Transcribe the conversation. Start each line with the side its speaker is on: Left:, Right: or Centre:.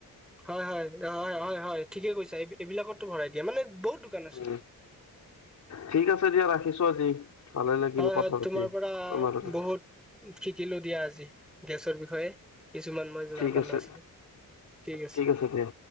Centre: হয় হয় হয় হয় হয় ঠিকে কৈছে এই এইবিলাকতো ভৰাই দিয়ে মানে বহুত দোকান আছে
Left: উ ঠিক আছে দিয়া ৰাখিছো আজি ভালে লাগিল
Centre: হয়
Left: কথা
Centre: হয়
Left: পাতি
Centre: তোমাৰ পৰা
Left: তোমাৰ লগত
Centre: বহুত শিকিলো দিয়া আজি গেছৰ বিষয়ে কিছুমান মই জানা
Left: ঠিক আছে
Centre: নাছিলো ঠিক আছে
Left: ঠিক দিয়া